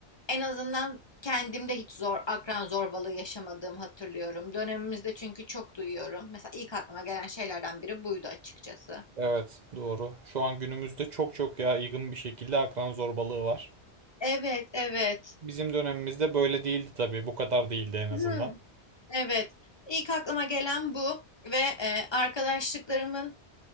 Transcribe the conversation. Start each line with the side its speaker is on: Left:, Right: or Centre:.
Left: En azından kendimde hiç zor, akran zorbalığı yaşamadığımı hatırlıyorum. Dönemimizde çünkü çok duyuyorum. Mesela ilk aklıma gelen şeylerden biri buydu açıkçası.
Right: Evet, doğru. Şu an günümüzde çok çok yaygın bir şekilde akran zorbalığı var.
Left: Evet, evet.
Right: Bizim dönemimizde böyle değildi tabii. Bu kadar değildi en azından.
Left: Hmm. Evet. İlk aklıma gelen bu ve e, arkadaşlıklarımın